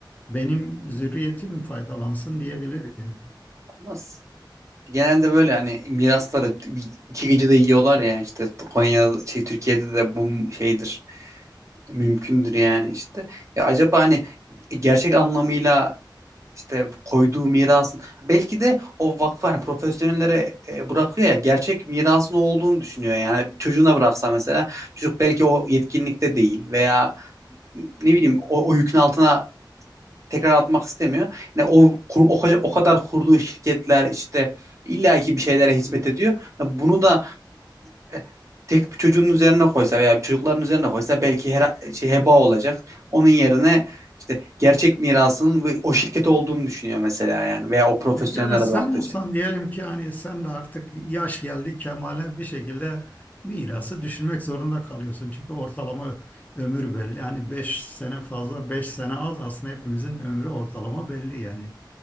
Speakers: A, on the left; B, on the right.
A: benim zürriyetim faydalansın diyebilir. yani.
B: Nasıl? Genelde böyle hani mirasları bir- iki gecede yiyorlar ya işte Konya şey Türkiye'de de bu şeydir mümkündür yani işte. Ya acaba hani gerçek anlamıyla işte koyduğu mirasın belki de o vakfı hani profesyonellere e, bırakıyor ya gerçek mirasın o olduğunu düşünüyor yani çocuğuna bıraksa mesela çocuk belki o yetkinlikte değil veya ne bileyim o, o yükün altına tekrar atmak istemiyor. Yani o o, o kadar kurduğu şirketler işte illaki bir şeylere hizmet ediyor. Yani Bunu da e, tek bir çocuğun üzerine koysa veya bir çocukların üzerine koysa belki her şey heba olacak. Onun yerine işte gerçek mirasının bu- o şirket olduğunu düşünüyor mesela yani veya o profesyonellere
A: Pekala sen
B: bıraktığı
A: olsan
B: şey.
A: diyelim ki hani sen de artık yaş geldi kemale bir şekilde mirası düşünmek zorunda kalıyorsun. Çünkü ortalama ö- ömür belli. Yani 5 sene fazla 5 sene az aslında hepimizin ömrü ortalama belli yani.